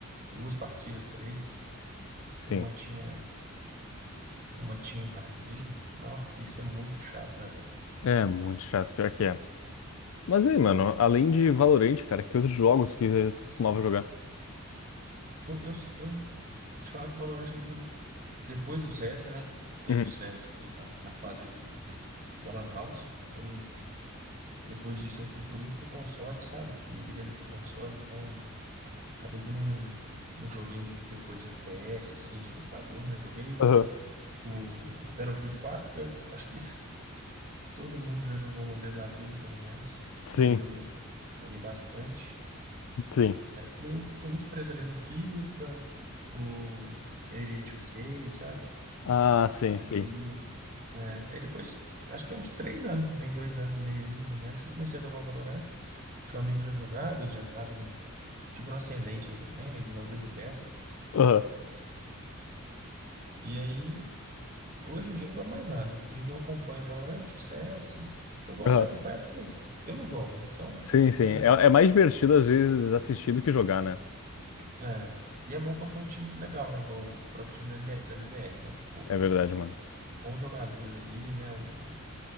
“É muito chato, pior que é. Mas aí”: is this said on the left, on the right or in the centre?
Left